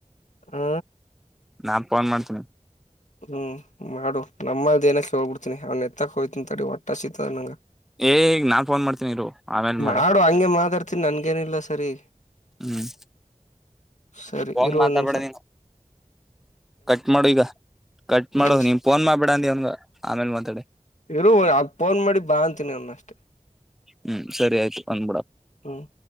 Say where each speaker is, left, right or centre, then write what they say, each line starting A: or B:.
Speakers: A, on the left; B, in the centre.
A: ಆ
B: ನಾನ್ ಫೋನ್ ಮಾಡ್ತೇನಿ
A: ಹ್ಮ್ ಮಾಡು ನಮ್ಮಲ್ ಏನಕ್ಕೆ ಹೋಗ್ಬಿಡ್ತಿನಿ ಅವ್ ಎತ್ತಕ್ ಹಯ್ತನ್ ತಡಿ ಒಟ್ಟ ಸತದ ನಂಗ
B: ಏ್ ಈಗ ನಾನ್ ಫೋನ್ ಮಾಡ್ತೀನಿ ಇರು ಆಮೇಲ್
A: ಮಾಡಾಡು
B: ಮಾಡ
A: ಹಂಗೆ ಮಾತಾಡ್ತನಿ ನನ್ಗೇನಿಲ್ಲ ಸರಿ
B: ಹ್ಮ್
A: ಸರಿ
B: ಫೋನ್
A: ಇರುವ
B: ಮಾತಾಡ್ಬೇಡ
A: ನಿಮ್ಷ
B: ನೀನು ಕಟ್ ಮಾಡು ಈಗ ಕಟ್
A: ಹ್ಮ್
B: ಮಾಡು ನೀಮ ಫೋನ್ ಮಾಡ್ಬಿಡ ಅಂದ ಅವನ್ಗ ಆಮೇಲ್ ಮಾತಾಡಿ
A: ಇರು ಅದ ಫೋನ್ ಮಾಡಿ ಬಾ ಅಂತೀನಿ ನಂದಷ್ಟೇ
B: ಹ್ಮ್ ಸರಿ ಆಯ್ತು ಬಂದ್ಬಿಡ
A: ಹ್ಮ್